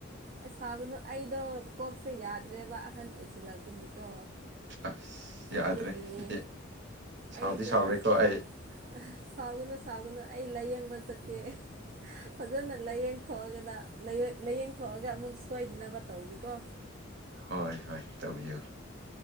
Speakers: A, on the right (about 45°); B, on the right (about 60°).
A: ꯑꯦ ꯁꯥꯎꯒꯅꯨ ꯑꯩꯗꯣ ꯀꯣꯛꯁꯦ ꯌꯥꯗ꯭ꯔꯦꯕ ꯑꯍꯟ ꯑꯣꯏꯁꯤꯜꯂꯛꯄꯒꯤꯀꯣ
B: ꯑꯁ ꯌꯥꯗ꯭ꯔꯦ
A: ꯑꯗꯨꯒꯤꯅꯦ
B: ꯁꯤꯗꯤ ꯁꯥꯎꯗꯤ
A: ꯑꯩꯁꯦ
B: ꯁꯥꯎꯔꯦꯀꯣ
A: ꯑꯁ
B: ꯑꯩ
A: ꯑ ꯁꯥꯎꯒꯅꯨ ꯁꯥꯎꯒꯅꯨ ꯑꯩ ꯂꯥꯏꯌꯦꯡꯕ ꯆꯠꯀꯦ ꯐꯖꯅ ꯂꯥꯏꯌꯦꯡꯊꯣꯛꯑꯒꯅ ꯂꯥꯏꯌꯦꯡꯊꯣꯛꯑꯒ ꯑꯃꯨꯛ ꯁꯣꯏꯗꯅꯕ ꯇꯧꯒꯦꯀꯣ
B: ꯍꯣꯏ ꯍꯣꯏ ꯇꯧꯕꯤꯌꯨ